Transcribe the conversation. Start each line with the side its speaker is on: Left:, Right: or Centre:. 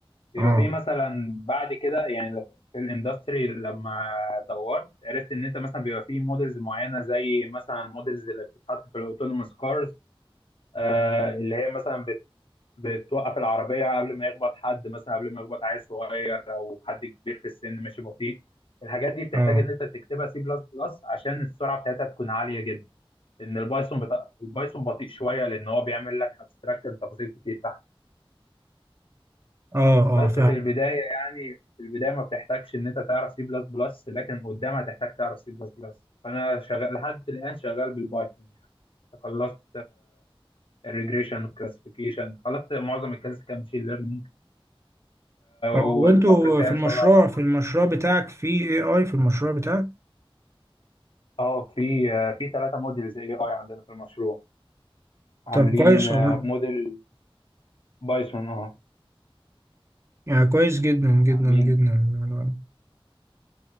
Left: يبقى
Right: اه
Left: في مثلا بعد كده يعني لو في الاندستري لما دورت عرفت ان انت مثلا بيبقى في موديلز معينه زي مثلا الموديلز اللي بتتحط في الاوتونوموس كارز آه اللي هي مثلا بت بتوقف العربيه قبل ما يخبط حد مثلا قبل ما يخبط عيل صغير او حد كبير في السن ماشي بطيء الحاجات دي بتحتاج
Right: اه
Left: ان انت تكتبها سي بلس بلس عشان السرعه بتاعتها تكون عاليه جدا ان البايثون بتا... البايثون بطيء شويه لان هو بيعمل لك ابستراكت لتفاصيل كتير تحت.
Right: اه اه
Left: بس
Right: فاهم
Left: في البدايه يعني في البدايه ما بتحتاجش ان انت تعرف سي بلس بلس لكن قدام هتحتاج تعرف سي بلس بلس فانا شغال لحد الان شغال بالبايثون يعني خلصت الريجريشن والكلاسيفيكيشن خلصت معظم الكلاسيك ماشين ليرنينج
Right: طب
Left: والفتره
Right: وانتوا
Left: الجايه
Right: في المشروع
Left: ان شاء الله بقى
Right: في
Left: أخد-
Right: المشروع بتاعك في اي اي في المشروع بتاعك
Left: اه في آه، في ثلاثه موديلز اي اي عندنا في المشروع عاملين
Right: طب كويس
Left: آه،
Right: والله
Left: موديل بايثون اه model Python،
Right: يعني كويس جدا جدا
Left: آه. عاملين
Right: جدا